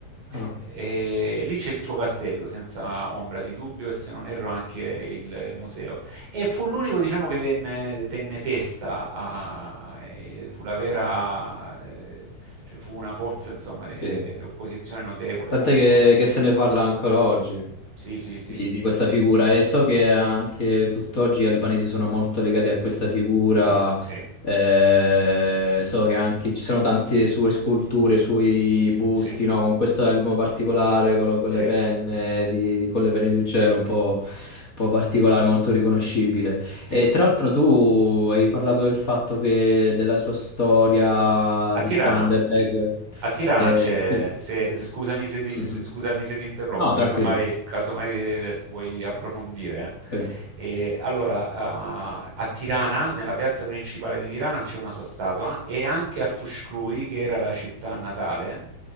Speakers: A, on the left; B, on the right.
A: Ah,
B: E lì c'è il suo castello, senza ombra di dubbio, e se non erro anche il museo. E fu l'unico, diciamo, che venne- tenne testa, a- e fu la vera, eh, cioè fu una forza, insomma, di,
A: sì.
B: di- di opposizione notevole
A: Tant'è
B: contro
A: che,
B: l'impero.
A: che se ne parla ancora oggi.
B: Sì, sì, sì,
A: di, di questa figura e so che anche tutt'oggi gli albanesi sono molto legati a questa figura.
B: sì, sì,
A: eh, so che anche ci sono tante sue sculture, suoi busti,
B: sì,
A: no? Con questo elmo particolare, con, lo- con
B: sì.
A: le penne di, con le penne di uccello, un po', un po' particolare, molto riconoscibile.
B: Sì,
A: E tra l'altro tu hai parlato del fatto che della sua storia
B: a Tirana.
A: di Skanderbeg.
B: A Tirana
A: eh,
B: c'è,
A: sì.
B: se, se- scusami se, di-
A: Mhm.
B: se- scusami se ti interrompo,
A: No,
B: casomai,
A: tranquillo.
B: casomai eh, vuoi approfondire.
A: Sì.
B: eh. E allora, eh, a Tirana, nella piazza principale di Tirana, c'è una sua statua e anche a Fuscrui, che era la città natale,